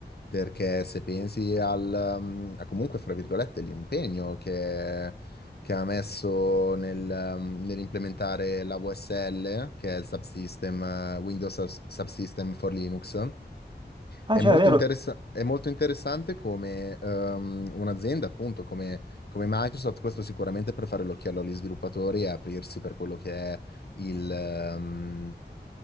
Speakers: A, on the left (about 60°); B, on the right (about 25°).
A: perché se pensi al, mm, a comunque, fra virgolette, l'impegno che, che ha messo nel, mm, nell'implementare la VSL, che è il subsystem, eh, Windows Subs- Subsystem for Linux,
B: Ah,
A: è
B: cioè,
A: molto
B: è vero.
A: interessa- è molto interessante come ehm, un'azienda, appunto, come, come Microsoft, questo sicuramente per fare l'occhiello agli sviluppatori e aprirsi per quello che è il, ehm,